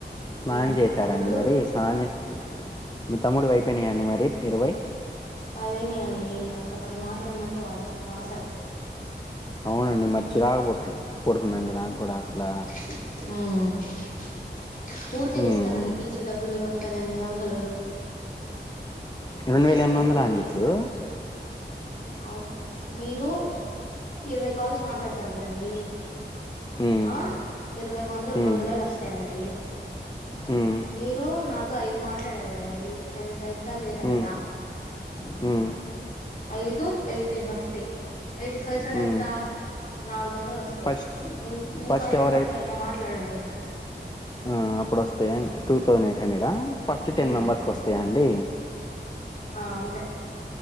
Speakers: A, on the left; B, on the left.
A: స్నానం
B: ఉమ్
A: చేశారండి
B: మా తమ్ముడు
A: మరి స్నానం చే మీ తమ్ముడువైపోయినాయండి మరి ఇరవై
B: పది అయినయ్ అండి ఇంకా పది మాట్లాడమంటే వాడసలు మాట్లాడలేదు
A: అండి మరి చిరాకు పడు పడుతుందండి నాకు కూడా అసలు
B: మ్ ఊరికే
A: మ్మ్.
B: ఇస్తనండి పిలిచి డబ్బులు రెండు వేల ఎనిమిది వందలు
A: రెండు
B: తీసుకోండి
A: వేల ఎనిమిది వందలా
B: ఊరికే
A: అండి ఇప్పుడు
B: ఇస్తారు అవు మీరు ఇరవై కాల్స్ మాట్లాడతారు కదండి
A: మ్మ్,
B: ఆ ఇరవై వందలు
A: మ్మ్,
B: రెండు వేలు వస్తాయండి
A: మ్మ్,
B: మీరు నాతో ఐదు మాట్లాడారు కదండి నేను మీకు ఐదు సార్లు చేస్ సా
A: మ్మ్,
B: కదా
A: మ్మ్,
B: ఐదు ఎయిటీ స్ వస్తాయ్ ఎయిటీ ఫైవ్ జార్
A: మ్మ్.
B: ఎంత నాలుగో దలు వస్తయ్
A: ఫస్ట్
B: ఇం ఇంకో
A: ఫస్ట్
B: ఐదు
A: ఎవరైతే
B: ఎవరితో అయిన మాట్లాడండి
A: ఆ అప్పుడు వస్తాయా టూ థౌసండ్ ఎయిట్ హండ్రెడా ఫస్ట్ టెన్
B: ఉమ్
A: మెంబర్స్కి వస్తాయా అండి
B: ఆ అంతే